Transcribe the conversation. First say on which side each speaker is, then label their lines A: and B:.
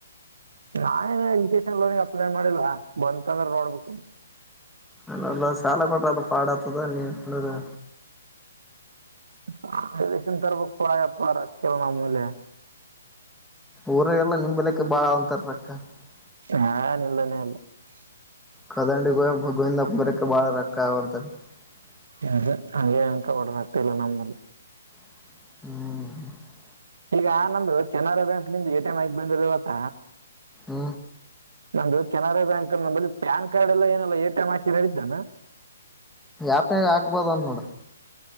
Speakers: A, on the right; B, in the centre.
A: ನಾನೇ ಎಜುಕೇಶನ್ ಲೋನ್ಗೆ ಅಪ್ಲೈ ಮಾಡಿಲ್ಲ ಬಂತಂದ್ರೆ ನೋಡ್ಬೇಕ <unintelligible>
B: ಅಲ್ಲಲ್ಲ ಸಾಲ ಕೊಟ್ರದ್ರ ಪಾಡ್ ಆತದ <unintelligible>
A: <unintelligible> ತರಬೇಕ ಪ ಬಾರ <unintelligible> ನಮಲೆ <unintelligible>
B: ಊರಾಗೆಲ್ಲ ನಿಂಬಲಕ್ಕೆ <unintelligible>
A: ಹಾನ್ ಇಲ್ಲನೇ ಇಲ್ಲ <unintelligible>
B: ಕದಂಡಿ ಗವಿಂದಪ್ಪ ಬರಕ್ಕೆ ಬಾಳ ರೊಕ್ಕ ಆಗುವಂತ <unintelligible>
A: ಅಂಗೆ ಅಂಗೇನಂಕೋಬೇಡ ರೊಕ್ಕ ಇಲ್ಲ ನಮ್ಮಲ್ಲಿ
B: ಹ್ಮ್
A: ಈಗ ನಂದು ಕೆನರಾ ಬ್ಯಾಂಕ್ ನಿಂದ ಎಟಿ ಎಂ್ ಐಗ್ ಬಂದಿರ ಇವತ್ತ
B: ಹ್ಮ
A: ನಂದುು ಕೆನರಾ ಬ್ಯಾಂಕ್ ನಂದು ಪ್ಯಾನ್ ಕಾರ್ಡ್ ಎಲ್ಲ ಏನಲ್ಲ ಎ ಟಿ ಎಂ ಹಾಕ್ಕಿದ್ರೆ ನಡೆಯುತ್ತ ಏನು
B: ಅಪ್ಪನ್ಗಾ ಹಾಕ್ಬೋದ ಅಂದ್ ನೋಡ